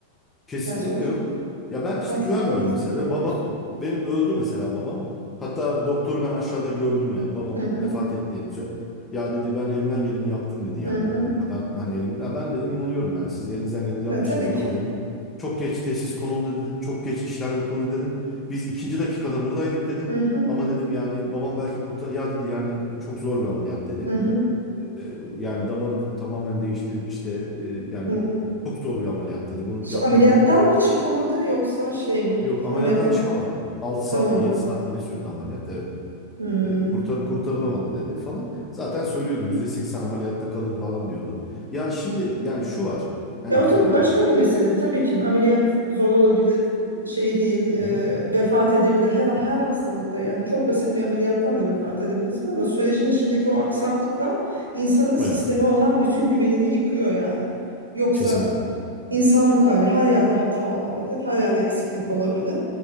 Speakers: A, on the left (about 15°); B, on the right (about 75°).
A: Kesinlikle
B: Yani sonuçta
A: yok. Ya ben işte
B: sen sağlık
A: güvenmiyorum
B: hizmeti
A: mesela. Ve
B: veriyorsun.
A: babam benim öldü mesela babam. Hatta doktoru ben aşağıda gördüm yani babam
B: Hı hı,
A: vefat ettiğince. Ya dedi ben elimden geleni yaptım dedi yani.
B: hı hı.
A: Ya ben hani elim ya ben dedim inanıyorum yani siz elinizden geleni
B: Ya
A: yapmışsınızdır
B: tabii ki.
A: ama dedim çok geç teşhis konuldu dedim. Çok geç işlem yapıldı dedim. Biz ikinci dakikada buradaydık dedim.
B: Hı hı,
A: Ama dedim yani babam belki kurtar ya dedi yani bu çok zor bir ameliyat dedi.
B: hı hı,
A: Ee, yani damarı dedi tamamen değiştirip işte e, yani
B: hı hı.
A: çok zor bir ameliyat dedi. Bunu
B: Ş-
A: yapmakla
B: Ameliyattan mı çıkamadı yoksa şey mi?
A: Yok ameliyattan
B: Ameliyattan
A: çıkamadı. 6
B: çıkamadı.
A: saat mi 7 saat mi ne sürdü ameliyat? Evet.
B: Hmm.
A: Ee, kurtar, kurtarılamadı dedi falan. Zaten söylüyordu %80 ameliyatta kalır falan diyordu. Ya şimdi yani şu var. Hani
B: Ya o tabii başka
A: e,
B: bir mesele. Tabii ki ameliyat zor olabilir, şey değil, e,
A: bu.
B: vefat edebilir. Her her hastalıkta yani çok basit bir ameliyattan da vefat edebilirsin ama sürecin içindeki o aksaklıkla insanın sisteme
A: Evet.
B: olan bütün güvenini yıkıyor yani. Yoksa
A: Kesinlikle.
B: İnsanlık hali her yerde hata olabilir, her yerde eksiklik olabilir.